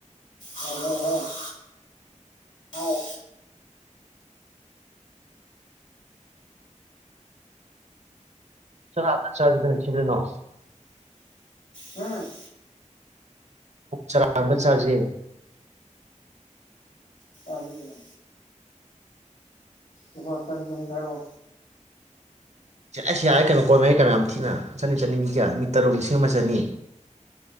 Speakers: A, on the left; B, on the right.
A: ꯑꯣ <unintelligible> ꯍꯥꯎ
B: ꯆꯔꯥ ꯑꯃꯇꯪꯅ ꯆꯥꯖꯤꯗꯅ ꯏꯆꯤꯟ ꯏꯅꯥꯎ
A: ꯎꯝ
B: ꯑꯣꯛ ꯆꯔꯥ <unintelligible> ꯆꯥꯥꯖꯦ
A: ꯆꯥꯁꯤ ꯀꯩ ꯅꯣ ꯂꯨꯄꯥ ꯆꯅꯤ ꯆꯅꯤ ꯈꯥꯏꯔꯛꯑꯣ
B: ꯑꯥꯏꯁ ꯌꯥꯔꯦ ꯀꯩꯅꯣ ꯀꯣꯟꯅꯔꯦ ꯀꯩꯅꯣ ꯌꯥꯝ ꯊꯤꯅ ꯆꯅꯤ ꯆꯅꯤ ꯃꯤ ꯀꯌꯥ ꯃꯤ ꯇꯔꯨꯛ ꯂꯤꯁꯤꯡ ꯑꯃ ꯆꯅꯤ